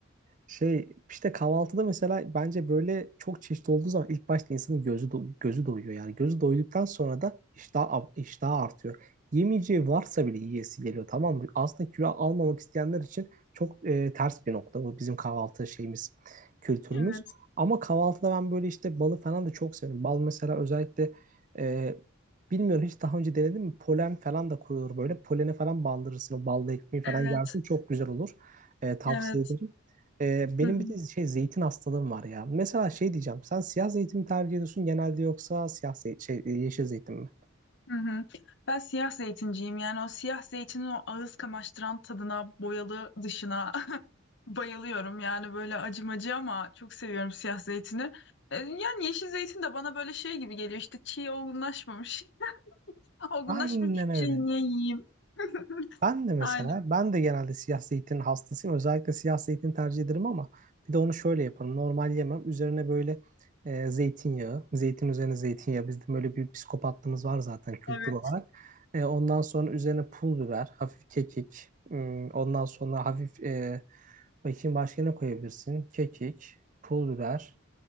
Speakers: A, on the right; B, on the left.
A: Şey işte kahvaltıda mesela bence böyle çok çeşit olduğu zaman ilk başta insanın gözü do- gözü doyuyor yani gözü doyduktan sonra da iştah ab- iştahı artıyor. Yemeyeceği varsa bile yiyesi geliyor tamam mı? Aslında kilo almamak isteyenler için çok e, ters bir nokta bu bizim kahvaltı şeyimiz, kültürümüz.
B: Evet.
A: Ama kahvaltıda ben böyle işte balı falan da çok seviyorum. Bal mesela özellikle e, bilmiyorum hiç daha önce denedim mi? Polen falan da koyulur böyle. Polene falan bandırırsın o balla ekmeği falan
B: Evet.
A: yersin çok güzel olur. E, tavsiye
B: Evet.
A: ederim. Ee, benim
B: Hı hı.
A: bir de şey zeytin hastalığım var ya. Mesela şey diyeceğim. Sen siyah zeytin mi tercih ediyorsun genelde yoksa siyah zey- şey, e, yeşil zeytin mi?
B: Hı hı. Ben siyah zeytinciyim yani o siyah zeytinin o ağız kamaştıran tadına boyalı dışına <laughs> bayılıyorum yani böyle acımacı ama çok seviyorum siyah zeytini. E, Yani yeşil zeytin de bana böyle şey gibi geliyor işte çiğ olgunlaşmamış <laughs> olgunlaşmamış
A: Aynen öyle.
B: bir şeyi niye yiyeyim? <laughs>
A: Ben de mesela,
B: Aynen
A: ben de genelde siyah zeytin hastasıyım. Özellikle siyah zeytin tercih ederim ama bir de onu şöyle yaparım. Normal yemem. Üzerine böyle e, zeytinyağı, zeytin üzerine zeytinyağı. bizde böyle bir psikopatlığımız var zaten kültür
B: evet
A: olarak. E, ondan sonra üzerine pul biber, hafif kekik. Hmm, ondan sonra hafif, e, bakayım başka ne koyabilirsin? Kekik, pul biber